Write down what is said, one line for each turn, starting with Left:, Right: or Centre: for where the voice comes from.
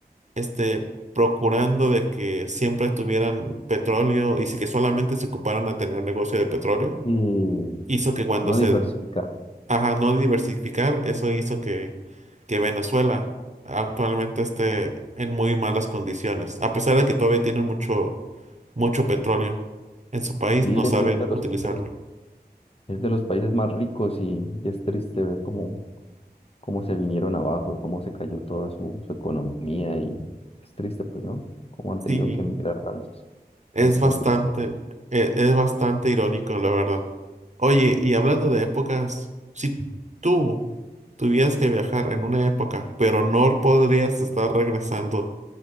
Right: este, procurando de que siempre tuvieran petróleo y si que solamente se ocuparan a tener negocio de petróleo,
Left: Y
Right: hizo que cuando
Left: no
Right: se
Left: diversificar.
Right: Ajá, no diversificar, eso hizo que, que Venezuela actualmente esté en muy malas condiciones, a pesar de que todavía tienen mucho, mucho petróleo en su país,
Left: Sí,
Right: no
Left: es
Right: saben
Left: uno de los,
Right: utilizarlo.
Left: de los, es de los países más ricos y, y es triste ver cómo cómo se vinieron abajo, de cómo se cayó toda su, su economía y es triste, pues, ¿no? Cómo han
Right: Sí,
Left: tenido que emigrar tantos,
Right: es
Left: tantos
Right: bastante,
Left: venezolanos.
Right: e- es, bastante irónico, la verdad. Oye, y hablando de épocas, si tú tuvieras que viajar en una época, pero no podrías estar regresando